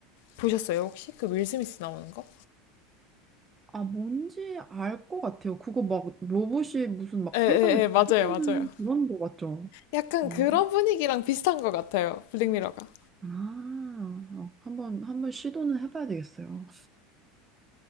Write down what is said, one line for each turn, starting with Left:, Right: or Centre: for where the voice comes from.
Left: 보셨어요 혹시? 그 윌 스미스 나오는 거?
Right: 아, 뭔지 알 것 같아요. 그거 막 로봇이 무슨 막
Left: 예,
Right: 세상을
Left: 예, 예, 맞아요,
Right: 지배하는
Left: 맞아요.
Right: 그런 거 같죠?
Left: 약간
Right: 어.
Left: 그런 분위기랑 비슷한 것 같아요. 블랙미러가.
Right: 아, 어, 한번 한번 시도는 해봐야 되겠어요.